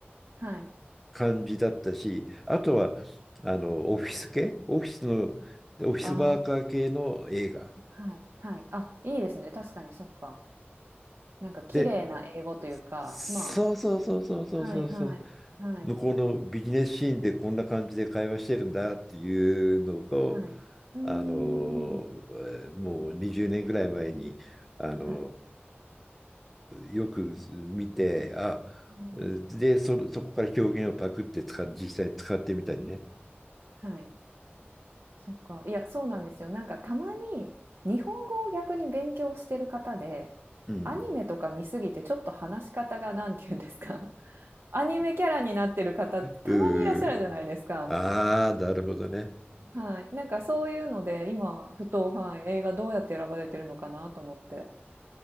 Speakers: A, on the right; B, in the centre.
A: はい。
B: 感じだったしあとはあのオフィス系オフィスのオフィスワーカー系の映画
A: ああ、はい、はい。あ、いいですね。確かに、そっか。なんか綺麗な英語というか、
B: でそうそうそうそうそうそうそう。
A: まはいはいはい、
B: 向こうのビジネスシーンでこんな感じで会話してるんだっていうのを、
A: はい。うーん。
B: あの、えーもう20年ぐらい前に、あの、
A: はい。
B: よく見て、あ、
A: うん。
B: で、そ、そこから表現をパクって使っ、実際使ってみたりね。
A: はい。そっか。いや、そうなんですよ。なんかたまに日本語を逆に勉強してる方で、
B: うん。
A: アニメとか見すぎてちょっと話し方がなんて言うんですか、<laughs> アニメキャラになってる方ってたまにいらっしゃるじゃないですか。
B: うー、ああ、なるほどね。
A: はい。なんかそういうので、今ふと、はい、映画どうやって選ばれてるのかなと思って。